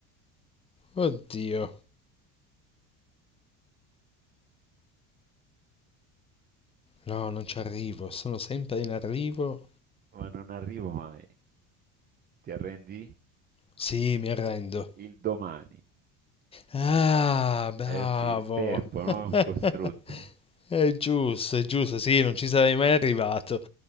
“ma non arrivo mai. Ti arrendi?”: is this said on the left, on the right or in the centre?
Right